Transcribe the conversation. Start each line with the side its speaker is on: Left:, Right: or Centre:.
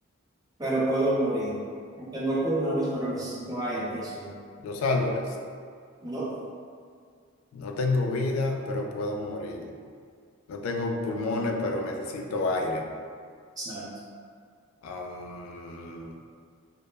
Right: Pero puedo morir. No tengo pulmones, pero necesito aire. ¿Qué soy?
Left: los árboles.
Right: No,
Left: No tengo vida, pero puedo morir. No tengo pulmones, pero necesito aire.
Right: Exacto.
Left: Am,